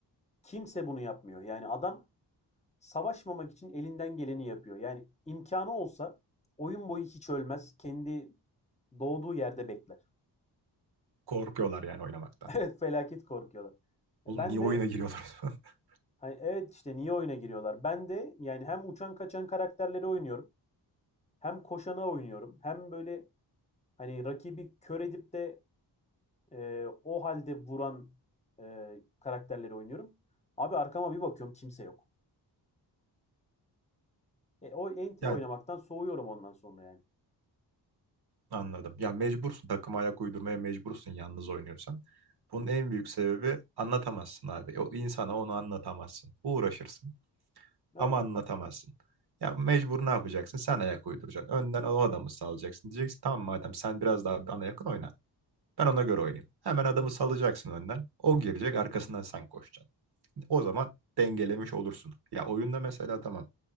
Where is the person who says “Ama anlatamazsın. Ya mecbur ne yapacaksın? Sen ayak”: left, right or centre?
Right